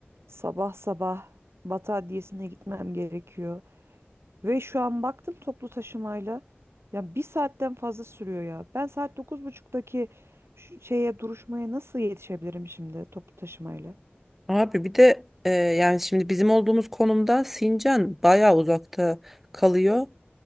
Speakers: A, on the right (about 85°); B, in the centre.
A: Sabah sabah Batı Adliyesi'ne gitmem gerekiyor. Ve şu an baktım toplu taşımayla. Ya bir saatten fazla sürüyor ya. Ben saat 9.30'daki şu şeye duruşmaya nasıl yetişebilirim şimdi toplu taşımayla?
B: Abi bir de e, yani şimdi bizim olduğumuz konumda Sincan bayağı uzakta kalıyor.